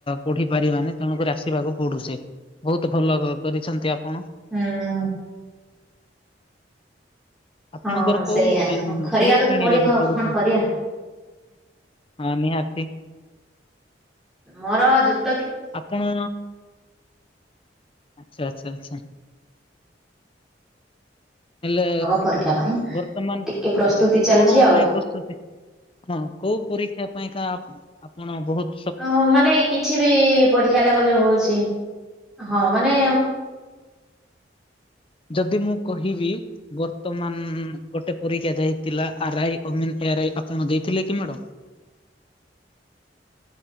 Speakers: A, on the left (about 30°); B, in the centre.
A: ପଢି ପାରିବାନି ତେଣୁକରି ଆସିବାକୁ ପଡୁଚି। ବୋହୁତ ଭଲ କ କରିଛନ୍ତି ଆପଣ।
B: ହୁଁ।
A: ଆପଣଙ୍କର
B: ହଁ
A: କୋଉ
B: ସେଇଆ
A: କୋ-କୋଉ
B: ହଁ, କରିବାକୁ
A: ଶ୍ରେଣୀରେ
B: ତ ପଡିବ
A: ଏବେ
B: ଆଉ
A: ପଢୁଛ
B: କଣ କରିବା।
A: ହଁ ନିହାତି।
B: ମୋର ଯୁକ୍
A: ଆପଣ ଆଚ୍ଛା ଆଚ୍ଛା ଆଚ୍ଛା। ହେଲେ
B: ହଁ ପରୀକ୍ଷା ପାଇଁ ଟିକେ
A: ବର୍ତ୍ତମାନ
B: ପ୍ରସ୍ତୁତି
A: କଣ
B: ଚାଲଚି ଆଉ।
A: ପାଇଁ ପ୍ରସ୍ତୁତି ହଁ କୋଉ ପରୀକ୍ଷା ପାଇଁକା ଆ ଆପଣ ବୋହୁତ
B: ଅ ମାନେ କିଛି ବି ପରୀକ୍ଷା ଯାକ ଯୋଉ ହୋଉଛି ହଁ ମାନେ
A: ଯଦି ମୁଁ କହିବି ବର୍ତ୍ତମାନ ଗୋଟେ ପରୀକ୍ଷା ଯାଇଥିଲା ଆର ଆଇ ଅମିନ ଏ ଆର୍ ଆଇ ଆପଣ ଦେଇଥିଲେ କି ମ୍ୟାଡ଼ାମ?